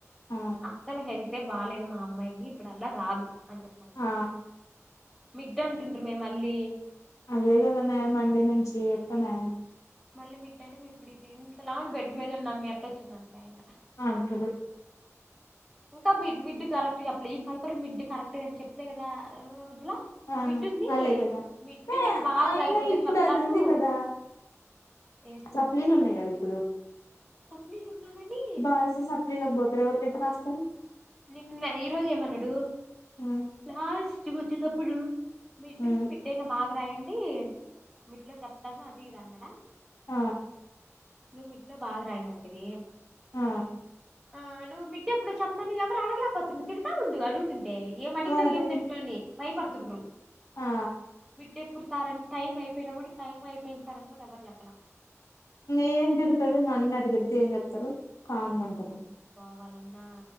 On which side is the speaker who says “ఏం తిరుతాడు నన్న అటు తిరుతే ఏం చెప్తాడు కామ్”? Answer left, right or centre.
Left